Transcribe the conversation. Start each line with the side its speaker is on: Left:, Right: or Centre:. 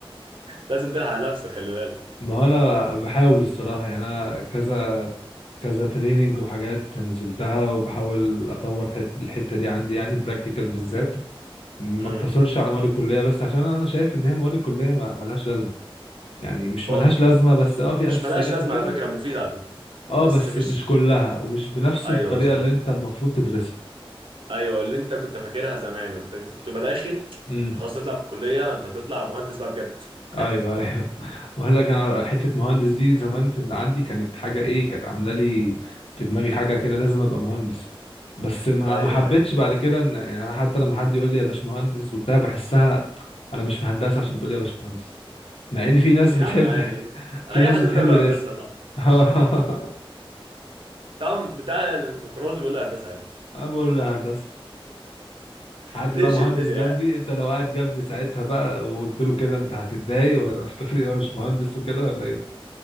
Right: لازم تلحق على نفسك خلي بالك
Left: ما انا بحاول الصراحة يعني انا كذا كذا تريننج وحاجات نزلتها وبحاول اطور حت... الحتة دي عندي يعني براكتيكال بالذات ما
Right: امم
Left: اقتصرش على مواد الكلية بس عشان انا شايف ان هي مواد الكلية ما ملهاش لازمة يعني مش
Right: خالص
Left: ملهاش لازمة
Right: بقى
Left: بس اه في
Right: مش
Left: اساسيات
Right: ملاش لازمه
Left: وكده
Right: على فكره مفيده على فكره
Left: اه
Right: بس
Left: بس
Right: مش
Left: مش كلها ومش بنفس
Right: ايوه
Left: الطريقة
Right: بالظبط
Left: اللي انت المفروض تدرسها
Right: ايوه اللي انت كنت فاكرها زمان انت كنت بتبقى داخل
Left: امم.
Right: انت خلاص تطلع من الكليه انت هتطلع مهندس بقى بجد
Left: ايوه
Right: <laughs>
Left: ايوه وقال لك انا حته مهندس دي زمان في عندي كانت حاجه ايه كانت عامله لي في دماغي حاجه كده لازم ابقى مهندس بس ما
Right: ايوه
Left: ما حبيتش
Right: ايوه
Left: بعد كده ان يعني انا حتى لما حد يقول لي يا باشمهندس وبتاع بحسها انا مش في هندسه عشان تقول لي يا باشمهندس مع ان في ناس
Right: يا
Left: بتحب
Right: عم عادي
Left: <laughs> في
Right: اي
Left: ناس
Right: حد
Left: بتحب
Right: بتقول له
Left: الاسم
Right: هندسه يا صاحبي
Left: <laughs>
Right: بتاع بتاع الميكروز بيقول له هندسه عادي
Left: انا بقول له هندسه حد
Right: بتمشي
Left: بقى مهندس
Right: الدنيا
Left: جنبي
Right: يعني
Left: انت لو قاعد جنبي ساعتها بقى وقلت له كده انت هتتضايق ولا <laughs> هتقول لي يا مش مهندس وكده ولا ايه